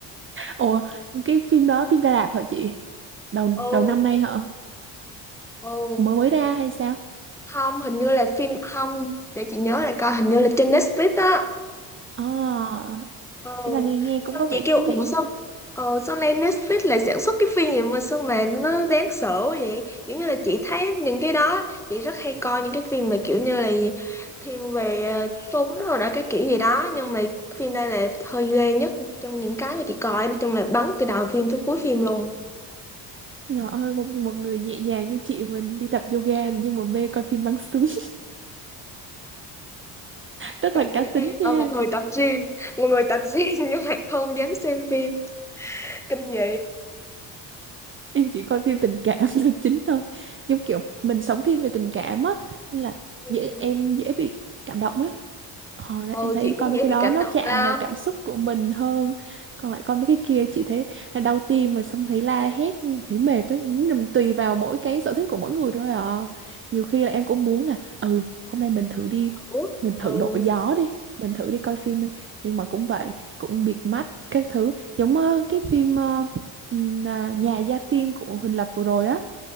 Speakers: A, on the right; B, in the centre.
A: ủa cái phim đó phim ra rạp hả chị đầu
B: Ừ,
A: đầu năm nay hả
B: ừ.
A: mới mới ra hay sao
B: không hình như là phim không để chị nhớ lại coi hình như là trên Netflix á
A: ờ
B: ừ
A: thế là nghe nghe cũng
B: xong
A: có vẻ
B: chị kêu
A: thú
B: ủa
A: vị
B: sao
A: quá
B: ờ sau này Netflix lại sản xuất cái phim gì mà sao mà nó đáng sợ quá vậy giống như là chị thấy những cái đó chị rất hay coi những cái phim mà kiểu như là thiên về ờ, súng rồi đó cái kiểu gì đó nhưng mà phim đây là hơi ghê nhất trong những cái mà chị coi nói chung là bắn từ đầu phim tới cuối phim luôn
A: Trời ơi, một, một người nhẹ nhàng như chị mình đi tập yoga rồi nhưng mà mê coi phim bắn súng <laughs> rất
B: còn
A: là
B: như
A: cá tính
B: em
A: nha
B: là một người tập gym một người tập gym <laughs> nhưng mà không dám xem phim kinh dị
A: em chỉ coi phim tình cảm là chính thôi giống kiểu mình sống thiên về tình cảm á là
B: Ừ.
A: dễ em dễ bị cảm động á Ờ, đấy,
B: ừ
A: em thấy
B: chị
A: em coi
B: cũng
A: mấy
B: dễ
A: cái
B: bị
A: đó
B: cảm
A: nó
B: động
A: chạm
B: lắm
A: vào cảm xúc của mình hơn còn lại coi mấy cái kia chị thấy là đau tim rồi xong thấy la hét thấy mệt đấy Nhưng tùy vào mỗi cái sở thích của mỗi người thôi à nhiều khi là em cũng muốn là ừ hôm nay mình thử đi
B: ừ
A: mình thử
B: ừ
A: đổi gió đi mình thử đi coi phim đi nhưng mà cũng vậy cũng bịt mắt các thứ giống ờ, cái phim ờ, ừm, à, Nhà gia tiên của Huỳnh Lập vừa rồi á